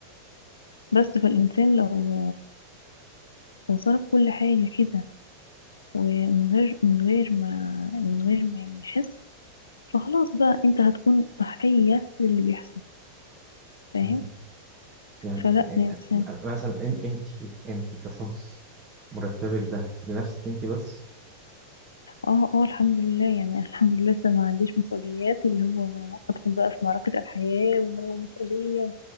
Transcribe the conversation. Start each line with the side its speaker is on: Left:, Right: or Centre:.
Left: بس فالإنسان لو لو صرف كل حاجة كده ومن غير من غير ما من غير ما يحس فخلاص بقى انت هتكون ضحية للي بيحصل فاهم
Right: حق يعني
Left: فلا الإنسان
Right: آه، آه، مثلا انت انت انت كشخص مرتبك ده لنفسك انت بس
Left: اه اه الحمد لله يعني <laughs> أنا الحمد لله لسه ما عنديش مسؤوليات اللي هو أدخل بقى في معركة الحياة ومسؤولية